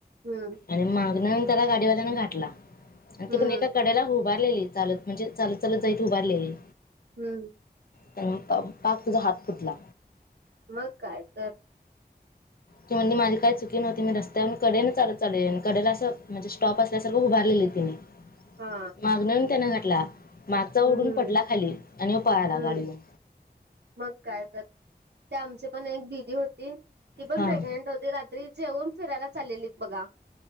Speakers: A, on the right; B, on the left.
A: हम्म,
B: आणि मागनं त्याला गाडीवाल्यान घाठला आणि
A: हम्म
B: ती पण एका कडेला उभारलेली चालत. म्हणजे चालत चालत जाईत उभारलेली.
A: हम्म,
B: त्या मूळ पाप पाक तिचा हात फुटला.
A: मग काय तर.
B: ती म्हणली माझी काय चुकी नव्हती मी रस्त्यावर कडेन चालत चालेली कडेला असं म्हणजे स्टॉप असल्यासारखं उभारलेलीत त्यांने.
A: हा
B: माग येऊन त्यान घटला मागचा ओढून
A: हम्म
B: पटला खाली आणि पळाला
A: हम्म
B: गाडी घेऊन.
A: मग काय कर ते आमची पण एक दिदी होती ती पण
B: हां
A: प्रेग्नेंट होती रात्री. तरी जेवन फिरायला चाललेली बघा.